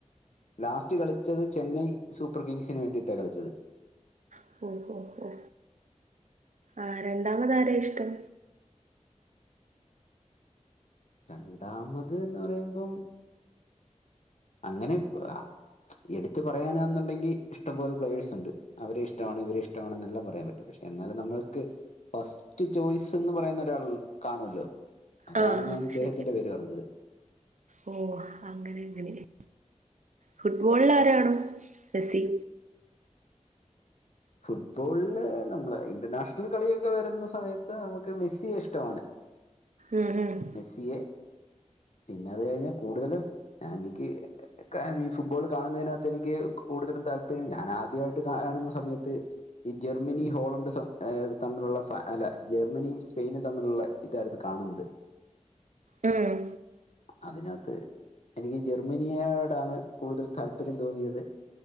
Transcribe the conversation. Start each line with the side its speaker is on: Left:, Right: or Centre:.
Left: ലാസ്റ്റ് കളിച്ചത് ചെന്നൈ സൂപ്പർ കിങ്സിന് വേണ്ടിയിട്ടാണ് കളിച്ചത്
Right: <unintelligible> ആഹ് രണ്ടാമത് ആരെ ഇഷ്ട്ടം
Left: രണ്ടാമത് എന്ന് പറയുമ്പം അങ്ങനെപ്പോ എടുത്ത് പറയാനാന്നുണ്ടെങ്കി ഇഷ്ടംപോലെ പ്ലേയേഴ്സ് ഉണ്ട് അവരെ ഇഷ്ടമാണ് ഇവരെ ഇഷ്ടമാണെന്നെല്ലാം പറയാൻ പറ്റും പക്ഷെ എന്നാലും നമ്മൾക്ക് ഫസ്റ്റ് ചോയ്സ് എന്ന് പറയുന്ന ഒരാൾ കാണുമല്ലോ അതാണ്
Right: ആഹ് ആഹ്
Left: ഞാൻ ഇദ്ദേഹത്തിന്റെ
Right: ശരി
Left: പേര് പറഞ്ഞത്
Right: ഓ അങ്ങനെ എങ്ങനെയ ഫുട്ബോളിൽ ആരാണ് മെസ്സി
Left: ഫുട്ബോളില് നമ്മള് ഇന്റർനാഷണൽ കളിയൊക്കെ വരുന്ന സമയത്ത് നമുക്ക് മെസ്സിയെ ഇഷ്ട്ടമാണ്
Right: ഉം ഉം
Left: മെസ്സിയെ പിന്നെ അത് കഴിഞ്ഞാൽ കൂടുതലും എനിക്ക് ഈ ഫുട്ബോൾ കാണുന്നതിനകത്ത് എനിക്ക് കൂടുതലും താല്പര്യം ഞാൻ ആദ്യമായിട്ട് കാണുന്ന സമയത്ത് ത്ത് ഈ ജർമ്മനി ഹോളണ്ട് തമ്മിലുള്ള അല്ല ജർമ്മനിയും സ്പെയിനും തമ്മിലുള്ള ഇതായിരുന്നു കാണുന്നത്
Right: ഉം
Left: അതിനകത്ത് എനിക്ക് ജർമ്മനിയോടാണ് കൂടുതൽ താല്പര്യം തോന്നിയത്